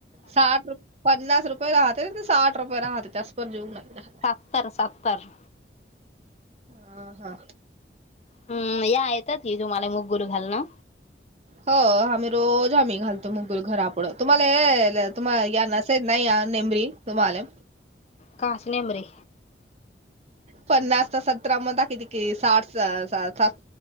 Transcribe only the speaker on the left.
सत्तर सत्तर.
हम्म या येतात की तुम्हाला मुग गुरू घाल ना.
काासने अमरे